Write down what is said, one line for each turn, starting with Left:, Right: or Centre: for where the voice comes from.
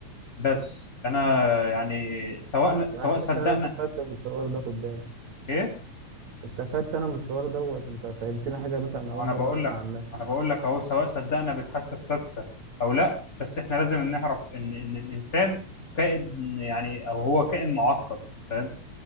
Left: بس انا يعني سواء
Right: لا
Left: سواء
Right: انا حاسس
Left: صدقنا
Right: ان انا استفدت من الحوار ده خد بالك
Left: ايه
Right: استفدت انا من الحوار دوت انت فهمتني حاجه مثلا اول
Left: انا
Right: مره
Left: بقول
Right: اسمع
Left: لك
Right: عنها
Left: انا بقول لك اهو سواء صدقنا بالحاسه السادسه او لا بس احنا لازم نعرف ان ان الانسان كائن يعني او هو كائن معقد فاهم